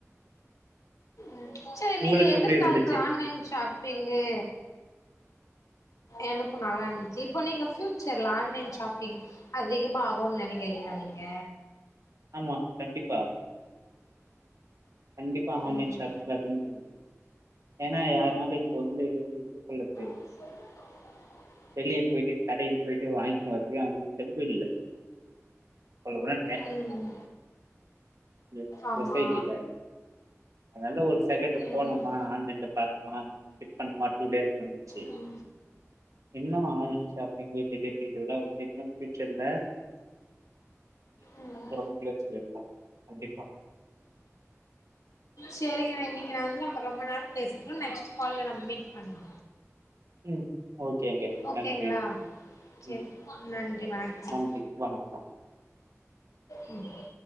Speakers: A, on the left; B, on the right.
A: ம் சேர்
B: உங்களுக்கு
A: நீங்க எதிர்காலத்துல
B: எப்படி இருந்துச்சு?
A: ஆன்லைன் ஷாப்பிங்கு எனக்கு நல்லா இருந்ச்சு இப்போ நீங்க பியூச்சர்ல ஆன்லைன் ஷாப்பிங் அதிகமாகுனு நெனைக்குறீங்ளா நீங்க
B: ஆமா கண்டிப்பா கண்டிப்பா ஆன்லைன்
A: ம்
B: ஷாப் பிங் அதிகமா ஏன்னா யாருனாலு இப்ப வந்து எப்டி சொல்லது
A: <inaudible>
B: வெளிய போயிட்டு கடைக்கு போயிட்டு வாங்கிட்டு வரன்த்துக்கு அவங்களுக்கு தெம்பு இல்ல சொல்ல போனா
A: ம்
B: ம்
A: ஆமா
B: சொசைட்டில அதனால ஒரு செகண்டு் போனமா
A: ம்
B: ஆன்லைன்ல பாத்தமா டிக் பண்ணமா டூ டேஸ் வந்துச்சு
A: ம்
B: என்னா ஆன்லைன் ஷாப்பிங்கு டெலிவரி இதோடா <unintelligible> சொல்லுவ
A: ம்
B: ஒன் பிளேஸ்ல இருக்கு கண்டிப்பா
A: சேரிங்க இன்னைக்கு நா வந்து நம்ம ரொம்ப நேரோம் பேசிட்டோ நெக்ஸ்ட் கால்ல நம்ம மீட் பண்லா
B: ம் ஓகேங்க
A: ஓகேங்களா
B: நன்றி
A: சரி
B: ம்
A: நன்றி வணக்கம்
B: நன்றி வணக்கம்
A: ம்